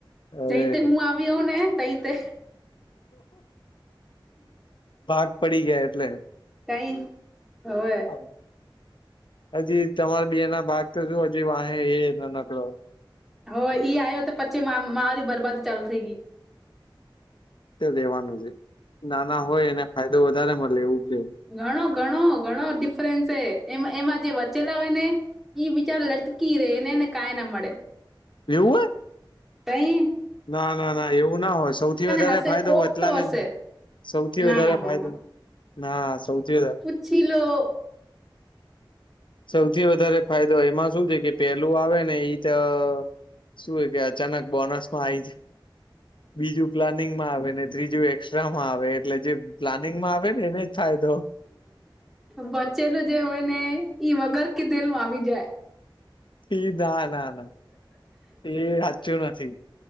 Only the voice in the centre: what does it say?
જઈ તે હું આવી્યોઉ ને તઈ તે
તઈ હોવે
હો ઈ આવ્યો તો પછી મારી બરબાદી ચાલુ થઈ ગઈ.
ઘણો ઘણો ઘણો ડિફરન્સ છે એ એમાં જે વચેલા હોય ને એ બ વિચાર લટકી રે એનેને કાયના મળે.
તે.
હશે
કોક
તો હશે
ના
ના ના
છલો.
બચેલું જે હોય ને ઈ વગર કીધેલમાં આવી જાય.